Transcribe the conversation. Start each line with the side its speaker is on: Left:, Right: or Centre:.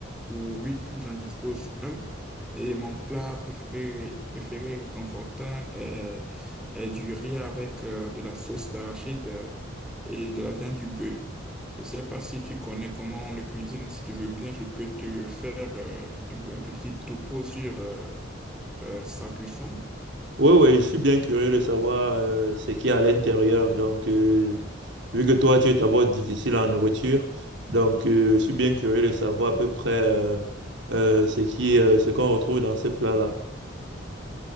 Centre: oui, j'en dispose un. Et mon plat préféré, préféré réconfortant est, est du riz avec euh, de la sauce d'arachide euh, et de la viande du bœuf. Je ne sais pas si tu connais comment on le cuisine. Si tu veux bien, je peux te faire euh, un, un petit topo sur euh, euh, sa cuisson.
Right: Oui, oui, je suis bien curieux de savoir euh, ce qu'il y a à l'intérieur. Donc, euh, vu que toi, tu es d'abord difficile en nourriture, donc euh, je suis bien curieux de savoir à peu près euh, euh, ce qui, euh, ce qu'on retrouve dans ces plats-là.